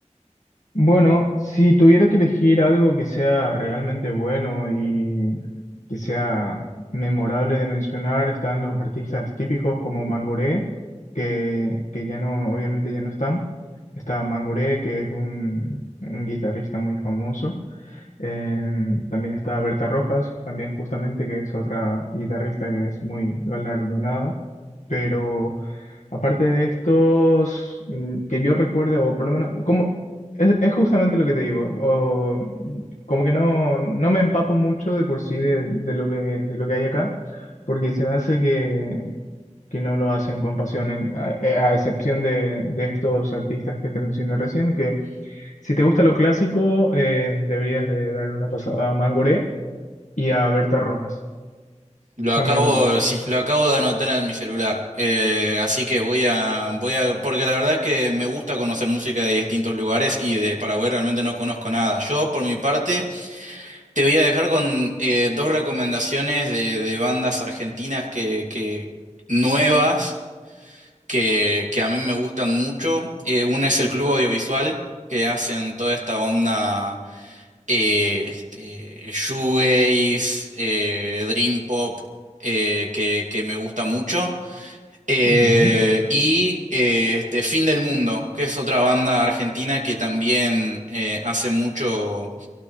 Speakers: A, on the left; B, on the right.
A: Bueno, si tuviera que elegir algo que sea realmente bueno y que sea memorable de mencionar, están los artistas típicos como Mangoré, que, que ya no, obviamente ya no están. Está Mangoré, que es un, un guitarrista muy famoso. Eh, también está Berta Rojas, también justamente, que es otra guitarrista que es muy galardonada. Pero aparte de estos, mm, que yo recuerde, o por lo menos, como, es, es justamente lo que te digo, o, mm, como que no, no me empapo mucho de por sí de, de lo que, de lo que hay acá, porque se me hace que, que no lo hacen con pasión, en- a, e, a excepción de, de estos artistas que te mencioné recién, que si te gusta lo clásico, eh, deberías de darle una pasada a Mangoré y a Berta Rojas.
B: Lo
A: Están
B: acabo,
A: muy buenos.
B: sí, lo acabo de anotar en mi celular. Eh, así que voy a, voy a, porque la verdad es que me gusta conocer música de distintos lugares y de Paraguay realmente no conozco nada. Yo, por mi parte, Te voy a dejar con eh, dos recomendaciones de, de bandas argentinas que, que nuevas que, que a mí me gustan mucho. Eh, una es el Club Audiovisual, que hacen toda esta onda eh, este, shoegaze, eh, dream pop, eh, que, que me gusta mucho. Eh,
A: Ujú.
B: y eh, este, Fin del Mundo, que es otra banda argentina que también eh, hace mucho